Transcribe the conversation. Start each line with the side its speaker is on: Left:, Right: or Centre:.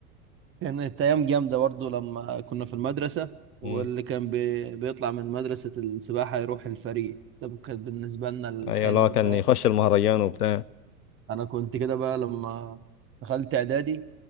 Right: كانت أيام جامدة برضه لما كنا في المدرسة واللي
Left: مم.
Right: كان بي... بيطلع من مدرسة السباحة يروح الفريق ده كان بالنسبة لنا الحلم
Left: ايوه اللي هو كان
Right: فاهم
Left: يخش المهرجان وبتاع
Right: أنا كنت كده بقى لما دخلت إعدادي